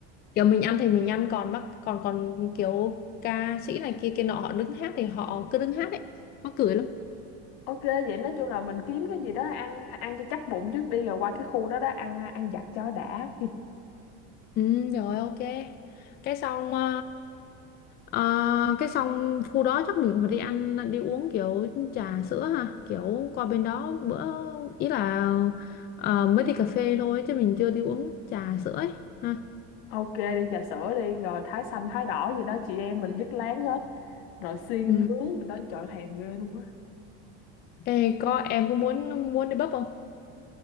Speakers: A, on the left; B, on the left.
A: kiểu mình ăn thì mình ăn còn bác còn còn kiểu ca sĩ này kia kia nọ họ đứng hát thì họ cứ đứng hát ấy. Mắc cười lắm.
B: ok vậy nói chung là mình kiếm cái gì đó ăn ăn cho chắc bụng trước đi rồi qua cái khu đó đó ăn ăn vặt cho đã
A: Ừ rồi ok. Cái xong ờ, Ờ, cái xong khu đó chắc mình cũng phải đi ăn đi uống kiểu trà sữa ha kiểu qua bên đó bữa ý là ờ, mới đi cà phê thôi chứ mình chưa đi uống trà sữa ấy ha
B: Ok đi trà sữa đi rồi thái xanh thái đỏ gì đó chị em mình dứt láng hết rồi xiên
A: Ừ.
B: nướng rồi đó trời thèm ghê luôn á
A: Ê, có em có muốn muốn đi bắp không?